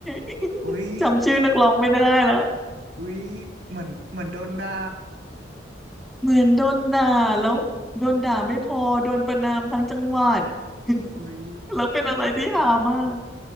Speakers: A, in the centre; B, on the right.
A: <laughs>
B: อุ๊ย
A: จำชื่อนักร้องไม่ได้แล้ว
B: อุ๊ยเหมือนเหมือนโดนด่า
A: เหมือนโดนด่าแล้วโดนด่าไม่พอโดนประณามทั้งจังหวัด
B: อุ๊ย
A: <laughs> แล้วเป็นอะไรที่ฮามาก